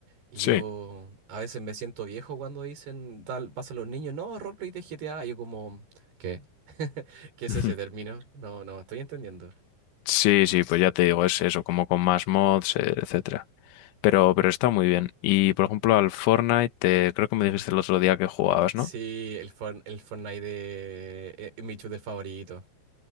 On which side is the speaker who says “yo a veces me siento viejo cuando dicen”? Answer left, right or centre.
Right